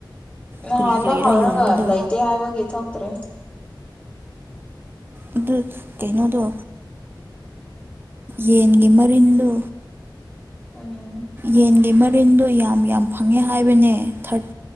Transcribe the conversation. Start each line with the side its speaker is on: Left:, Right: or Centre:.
Left: ꯅꯍꯥꯟꯗꯣ
Right: ꯀꯔꯤ ꯀꯔꯤꯔꯥ
Left: ꯍꯥꯡꯉꯒ
Right: ꯌꯣꯟꯕꯗꯣ
Left: ꯂꯩꯇꯦ ꯍꯥꯏꯕꯒꯤ ꯊꯣꯛꯇ꯭ꯔꯦ
Right: ꯑꯗꯨ ꯀꯩꯅꯣꯗꯣ ꯌꯦꯟꯒꯤ ꯃꯔꯤꯟꯗꯣ
Left: ꯎꯝ
Right: ꯌꯦꯟꯒꯤ ꯃꯔꯤꯟꯗꯣ ꯌꯥꯝ ꯌꯥꯝ ꯐꯪꯉꯦ ꯍꯥꯏꯕꯅꯦ ꯊꯥꯔ